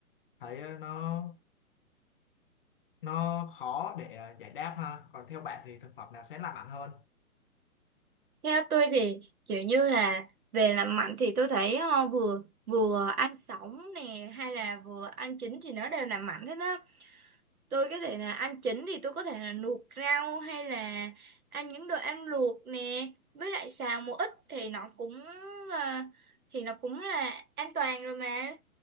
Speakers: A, on the left; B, on the right.
A: thấy ờ, nó nó khó để ờ, giải đáp ha còn theo bạn thì thực phẩm nào sẽ làm mặn hơn
B: theo tôi thì kiểu như là về làm mạnh thì tôi thấy ờ, vừa vừa ăn sống nè hay là vừa ăn chín thì nó đều làm mạnh hết đó tôi có thể là ăn chín thì tôi có thể là luộc rau hay là ăn những đồ ăn luộc nè với lại xào một ít thì nó cũng là, thì nó cũng là an toàn rồi mà